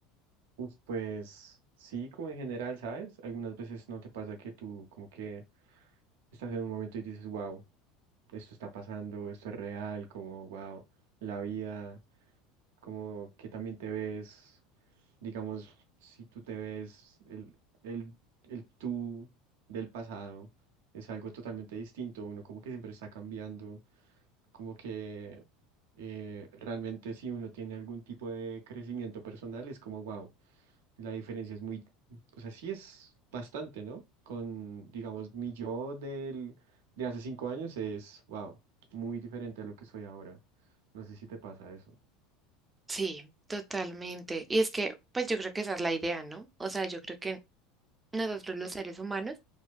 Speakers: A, on the right; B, on the right.
A: uf, pues sí, como en general, ¿sabes? Algunas veces no te pasa que tú como que estás en un momento y dices, wow, esto está pasando, esto es real, como wow, la vida, como que también te ves. Digamos, si tú te ves, el, el, el tú del pasado es algo totalmente distinto. Uno como que siempre está cambiando, como que eh, realmente si uno tiene algún tipo de crecimiento personal es como, wow, la diferencia es muy, o sea, sí es bastante, ¿no? Con, digamos, mi yo del, de hace cinco años es, wow, muy diferente a lo que soy ahora. No sé si te pasa eso.
B: Sí, totalmente. Y es que, pues yo creo que esa es la idea, ¿no? O sea, yo creo que nosotros los seres humanos